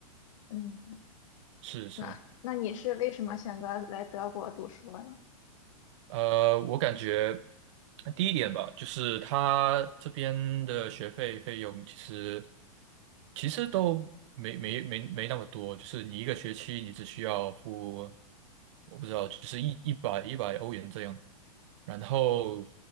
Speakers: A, on the left; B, on the right.
A: 嗯，
B: 是是。
A: 那那你是为什么选择来德国读书了呢？
B: 呃，我感觉第一点吧，就是他这边的学费费用其实其实都没没没没那么多，就是你一个学期你只需要付，我不知道，就是一一百一百欧元这样。然后，